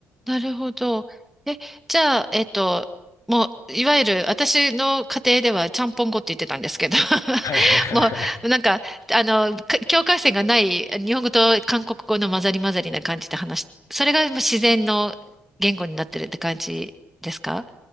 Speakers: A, in the centre; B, on the left.
A: なるほど。え、じゃあ、えっと、もう、いわゆる、私の家庭では、ちゃんぽん語って言ってたんですけど、<laughs>
B: はいはい。
A: もう、なんか、あの、か境界線がない、日本語と韓国語の混ざり混ざりな感じで話し、それがもう自然の言語になってるって感じですか